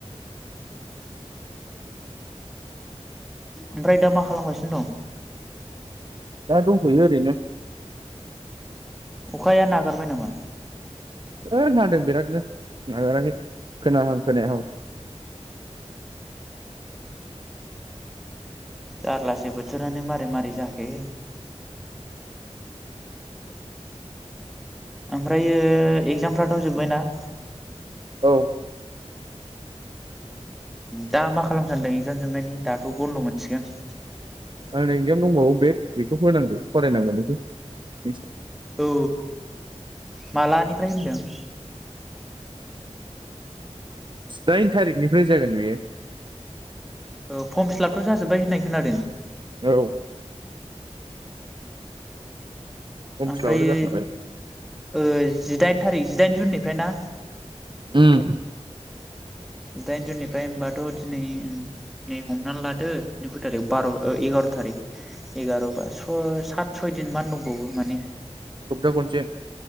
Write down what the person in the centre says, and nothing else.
ओमफ्राय दा मा खालामगासिनो दं?
अखाया नागारबाय नामा?
जारलासो बोथोरानो मारै मारै जाखो ओमफ्रायो एगजामफ्राथ' जोबबायना?
दा मा खालाम सानदों एगजाम जोबनायनि दाथ' बन्द' मोनसिगोन
औ मालानिफ्राय होनदों? <inaudible>
ओ फर्म फिलापथ' जाजोबबाय होननाय खोनादों
ओमफ्रायओ
ओज जिदाइन थारिख जिदाइन जुननिफ्राय ना?
जिदाइन जुननिफ्राय होमबाथ' दिनै नै हमनानै लादो दिनै खै थारिख बार' एगार' थारिख एगार' बा स सात सय दिन मान दंबावो माने